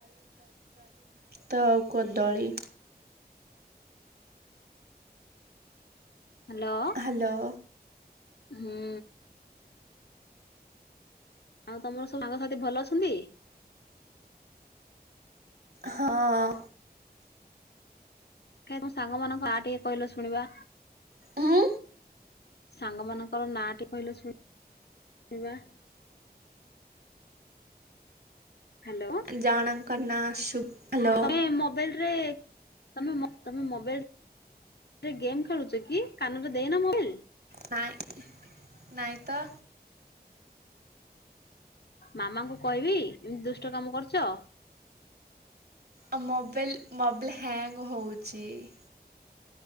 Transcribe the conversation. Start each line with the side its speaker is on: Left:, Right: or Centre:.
Right: ସେଉ, କଦଳୀ।
Left: ହାଲୋ-
Right: ହ୍ୟାଲୋ
Left: ହୁଁ, ଆଉ, ତମର ସବୁ ସାଙ୍ଗ, ସାଥି ଭଲ ଅଛନ୍ତି?
Right: ହଁ,
Left: କାଇଁ, ତମ ସାଙ୍ଗମାନାନଙ୍କ, ଆ ଟିକେ, କହିଲ ଶୁଣିବା
Right: ଉଁ
Left: ୲ସାଙ୍ଗ ମାନଙ୍କର, ନା ଟି କହିଲ, ଶୁ ଣିବା ୲ ହ୍ୟାଲୋ
Right: ଜଣଙ୍କ ନା, ସୁପ୍ ଫୁଲ-
Left: ତମେ ମୋବାଇଲ ରେ ତମେ ମୋ, ତମେ ମୋବାଇଲ, ରେ ଗେମ୍, ଖେଳୁଛ କି? କାନରେ ଦେଇନ, ମୋବାଇଲ?
Right: ନାଇଁ ନାଇଁ, ତ-
Left: ମାମାଙ୍କୁ, କହିବି ୲ ଏମିତି ଦୁଷ୍ଟ, କାମ କରୁଛ ୲
Right: ଆ, ମୋବାଇଲ ମୋବ୍ଲାଁ, ହ୍ୟାଙ୍ଗ ହଉଛି ୲